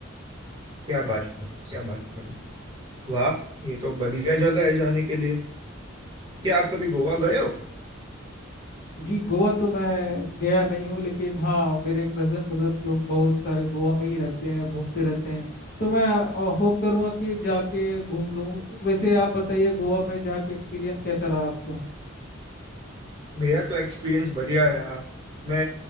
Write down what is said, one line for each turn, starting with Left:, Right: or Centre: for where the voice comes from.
Right: क्या बात कर क्या बात करें वाह ये तो बढ़िया जगह है जाने के लिए क्या आप कभी गोवा गए हो
Left: जी गोवा तो मैं गया नहीं हूँ लेकिन हाँ मेरे कजन ब्रदर्स लोग बहुत सारे गोवा में ही रहते हैं घूमते रहते हैं तो मैं होप करूँगा कि जाके घूम लूँ वैसे आप बताइए गोवा में जाके एक्सपीरियंस कैसा रहा आपका
Right: मेरा तो एक्सपीरियंस बढ़िया रहा मैं